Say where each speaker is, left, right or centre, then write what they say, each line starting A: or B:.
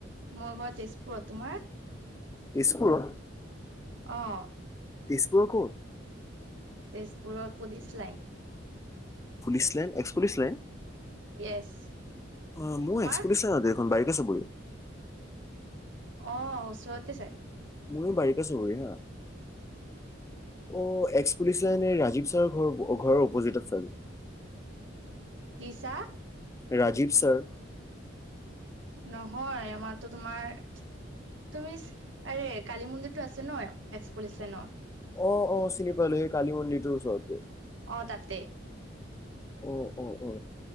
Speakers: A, on the right (about 75°); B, on the left (about 15°).
A: মোৰ ঘৰত তেজপুৰ তোমাৰ।
B: তেজপুৰৰ,
A: অঁ
B: তেজপুৰ কত।
A: তেজপুৰত police line.
B: Police lane ex police lane
A: য়েছ
B: অ মোৰ
A: তোমাৰ
B: এক্স পুলিচ এ হয়। ও বাইকে চুব সি,
A: অ ওচৰতে চাগে।
B: মোৰ বাৰকা চহৰ না অ এক্স পুলিছিলেনে এ ৰাজীৱ ছাৰ ঘৰ ঘৰৰ অপজিটত চাগে।
A: কি চা,
B: ৰাজীৱ ছাৰ।
A: নহয় আমাৰতো তোমাৰ। তুমি চ আৰে কালি মন্দিৰটো আছে ন এক্স পুলিচ লেনৰ।
B: অ অ চিনি পালো সেই কালি মন্দিৰটোৰ ওচৰতো,
A: অ তাতে।
B: অ অ অ